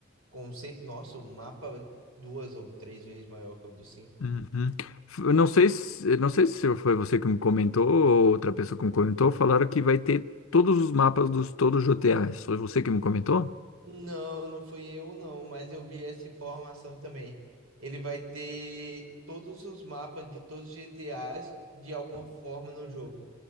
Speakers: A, on the right (about 85°); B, on the left (about 75°).
A: conce... Nossa, o mapa é duas ou três vezes maior que o do 5.
B: Uhum. F- Eu não sei se, não sei se foi você que me comentou ou outra pessoa que me comentou, falaram que vai ter todos os mapas dos todos os GTAs. Foi você que me comentou?
A: Não, não fui eu, não, mas eu vi essa informação também. Ele vai ter todos os mapas de todos os GTAs de alguma forma no jogo.